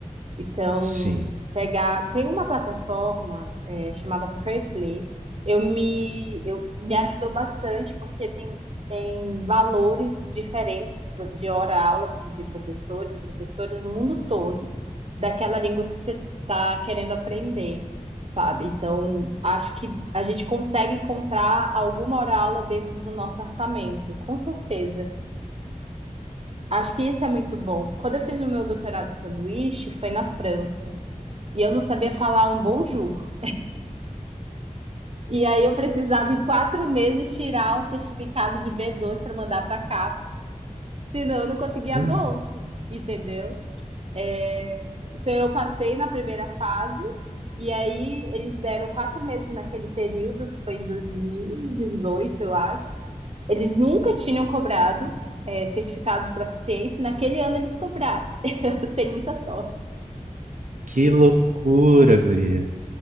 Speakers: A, on the right (about 50°); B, on the right (about 75°).
A: Então,
B: Sim.
A: pegar. Tem uma plataforma é, chamada Preply. Eu me, eu me ajudou bastante porque tem, tem valores diferentes de hora-aula de professores e professoras no mundo todo daquela língua que você está querendo aprender, sabe? Então, acho que a gente consegue encontrar alguma hora-aula dentro do nosso orçamento, com certeza. Acho que isso é muito bom. Quando eu fiz o meu doutorado de sanduíche, foi na França e eu não sabia falar um bonjour. E aí eu precisava em quatro meses tirar um certificado de B2 para mandar para a CAPES, senão eu não conseguia
B: Hum,
A: a bolsa, entendeu? É, então eu passei na primeira fase e aí eles deram quatro meses naquele período, que foi em 2018, eu acho. Eles nunca tinham cobrado é, certificado de proficiência, e naquele ano eles cobraram. Eu tenho muita sorte.
B: Que loucura, guria.